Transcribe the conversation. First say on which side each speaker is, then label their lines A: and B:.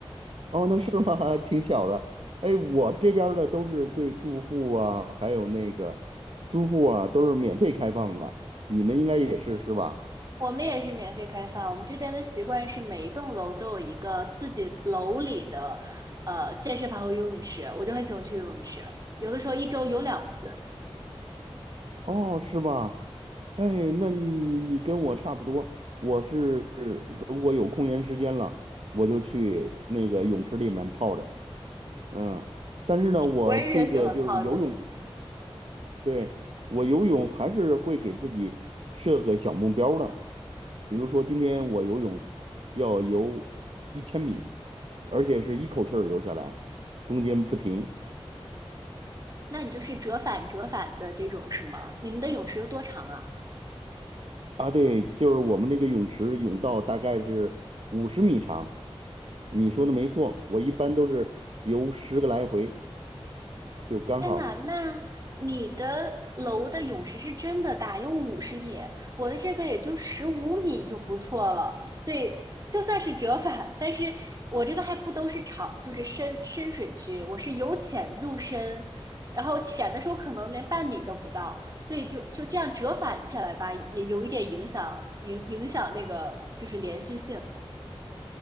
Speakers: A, on the right; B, on the right.
A: 哦，那是吗？<laughs> 挺巧的。哎，我这边儿的都是对住户啊，还有那个租户啊，都是免费开放的。你们应该也是是吧？
B: 我们也是免费开放，我们这边的习惯是每一栋楼都有一个自己楼里的呃健身房和游泳池，我就很喜欢去游泳池，有的时候一周游两次，
A: 哦，是吧？哎，那你你跟我差不多，我是如果有空闲时间了，我就去那个泳池里面泡着。嗯，但是呢，我这个就是游泳，
B: 我也挺喜欢泡着的。
A: 对，我游泳还是会给自己设个小目标儿的，比如说今天我游泳要游一千米，而且是一口气儿游下来，中间不停。
B: 那你就是折返折返的这种是吗？你们的泳池有多长啊？
A: 啊，对，就是我们那个泳池泳道大概是五十米长，你说的没错，我一般都是游十个来回就刚好。
B: 天呐，那你的楼的泳池是真的大，有五十米，我的这个也就十五米就不错了，所以就算是折返，但是我这个还不都是长，就是深深水区，我是由浅入深，然后浅的时候可能连半米都不到，所以就就这样折返起来吧，也有一点影响，影影响那个就是连续性。